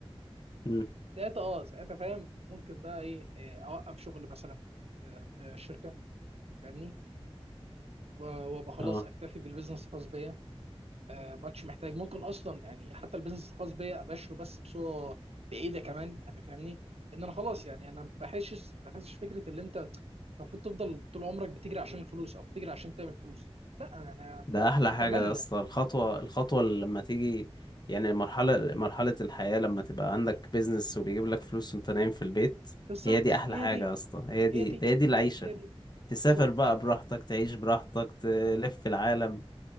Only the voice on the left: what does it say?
امم
اه
ده احلى
حاجه يا اسطى الخطوه الخطوه اللي لما تيجي يعني مرحله مرحله الحياه لما تبقى عندك بيزنس وبيجيب لك فلوس وانت نايم في البيت
هي دي احلى
حاجه
يا اسطى هي دي
هي دي العيشه
تسافر
بقى براحتك تعيش براحتك تلف في العالم